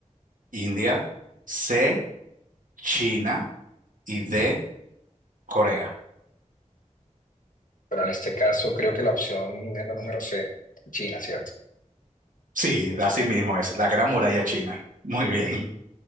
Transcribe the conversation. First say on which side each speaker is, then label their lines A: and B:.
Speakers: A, on the right; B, on the left.
A: India, C, China y D, Corea.
B: Pero en este caso creo que la opción es la número C, China, ¿cierto?
A: Sí, así mismo es, la Gran Muralla China. Muy bien.